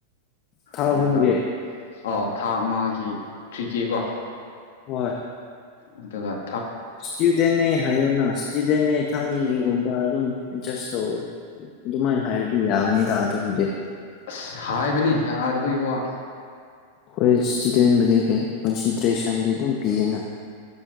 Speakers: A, on the left; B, on the left.
A: ꯊꯥ
B: ꯑꯗꯨꯒ
A: ꯍꯣꯡꯒꯦ
B: ꯑꯣ ꯊꯥ ꯑꯃꯒꯤ ꯊ꯭ꯔꯤ ꯀꯦꯀꯣ
A: ꯋꯥꯏ
B: ꯑꯗꯨꯗ
A: ꯏꯁꯇꯤꯗꯅꯦ ꯍꯥꯏꯣꯅ ꯏꯁꯇꯤꯗꯅꯦ ꯊꯥꯅꯤꯒꯤꯒꯨꯝꯕ ꯑꯗꯨꯝ ꯆꯁꯣ ꯑꯗꯨꯃꯥꯏꯅ ꯍꯥꯏꯔꯗꯤ ꯌꯥꯒꯅꯤꯗ ꯑꯗꯨꯕꯨꯗꯤ
B: ꯑꯁ ꯍꯥꯏꯕꯅꯤ ꯌꯥꯗꯕꯒꯤ ꯋꯥ
A: ꯍꯣꯏ ꯏꯁꯇꯨꯗꯦꯟꯕꯨꯗꯤ ꯀꯣꯟꯁꯤꯗ꯭ꯔꯦꯁꯟꯗꯤ ꯑꯗꯨꯝ ꯄꯤꯌꯦꯅ